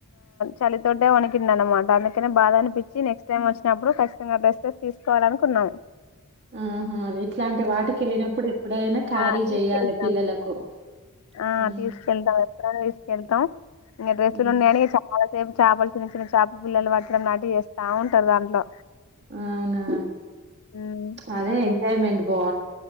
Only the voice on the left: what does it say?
చలితోటే వణకిండ అనమాట అందుకనే బాధ అనిపించి నెక్స్ట్ టైమ్ వచ్చినప్పుడు ఖచ్చితంగా డ్రెస్సెస్ తీసుకోవాల అనుకున్నాము
ఆ తీసుకెళ్తాం
ఆ
తీసుకెళ్తాం ఎ కెళ్తాం ఇ డ్రెస్లు
ఉన్నాయి అనీ చాలా రేపు చేపలు చిన్న చిన్న చేప పిల్లలు పట్టడం లాంటివి చేస్తా ఉంటారు దాంట్లో
ఉమ్